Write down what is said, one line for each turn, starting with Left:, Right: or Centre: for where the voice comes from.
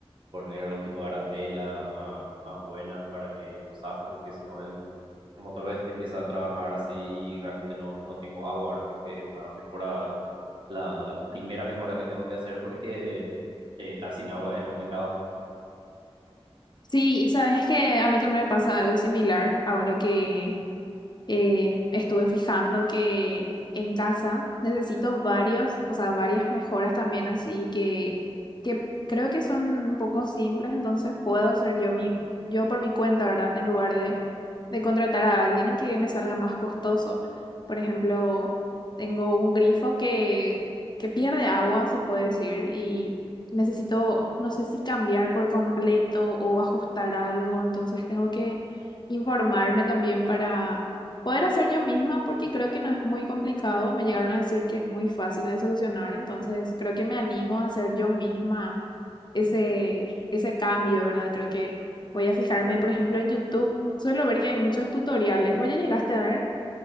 Right: poner algún tipo de arandela más, más buena para que no zafe, porque si no el, el motor este empieza a trabajar así y realmente no, no tengo agua. Ahora creo que es una mejora, la, la primera mejora que tengo que hacer porque eh, estar sin agua es complicado.
Left: Sí, y sabes que a mí también me pasa algo similar ahora que, eh, estuve fijando que en casa necesito varios, o sea, varias mejoras también, así que, que creo que son un poco simples, entonces puedo hacer yo, mi, yo por mi cuenta, ¿verdad? En lugar de, de contratar a alguien y que me salga más costoso. Por ejemplo, tengo un grifo que, que pierde agua, se puede decir, y necesito, no sé si cambiar por completo o ajustar algo, entonces tengo que informarme también para Poder hacer yo misma porque creo que no es muy complicado. Me llegaron a decir que es muy fácil de solucionar, entonces creo que me animo a hacer yo misma ese, ese cambio, ¿verdad? Creo que voy a fijarme, por ejemplo, en YouTube. Suelo ver que hay muchos tutoriales. ¿Vos ya llegaste a ver?